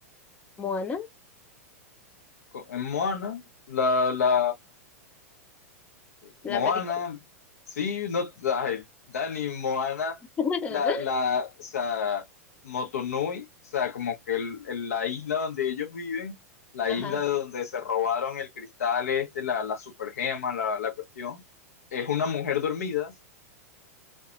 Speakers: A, on the left; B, on the left.
A: Moana,
B: Co- En Moana, la, la, Moana,
A: la película.
B: sí, no, ay, Dani, Moana,
A: <laughs>
B: la, la, o sea, Motonui, o sea, como que el- el- la isla donde ellos viven, la
A: Ajá.
B: isla de donde se robaron el cristal este, la, la supergema, la, la cuestión, es una mujer dormida,